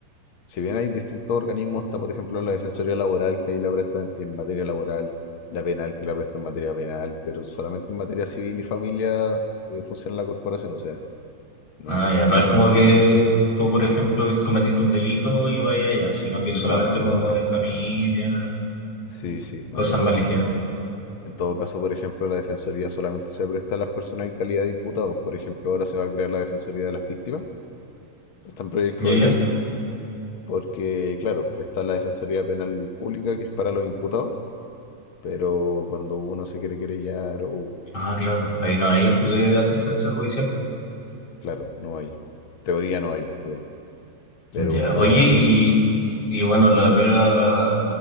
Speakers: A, on the left; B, on the left.
A: si bien hay distintos organismos, está por ejemplo la Defensoría Laboral que ahí la presta en, en materia laboral, la penal que la presta en materia penal, pero solamente en materia civil y familia eh, funciona la corporación. O sea, No,
B: Ah, ya,
A: no
B: no
A: en
B: es como
A: otro
B: que
A: ámbito.
B: tú, por ejemplo, cometiste un delito y vaya allá, sino que solamente
A: No, no, no,
B: como
A: no.
B: de familia,
A: Sí, sí, no
B: cosas
A: se puede.
B: más ligeras.
A: En, en todo caso, por ejemplo, la defensoría solamente se presta a las personas en calidad de imputados. Por ejemplo, ahora se va a crear la defensoría de las víctimas. Está en proyecto
B: ¿Ya,
A: de
B: ya?
A: ley, porque, claro, está la defensoría penal pública que es para los imputados, pero cuando uno se quiere querellar o...
B: Ah, claro, ahí no hay aju- eh,
A: no,
B: asistencia judicial.
A: claro, no hay. En teoría no hay, digamos. Pero
B: Ya,
A: no,
B: oye,
A: bueno.
B: y, y bueno, la pega,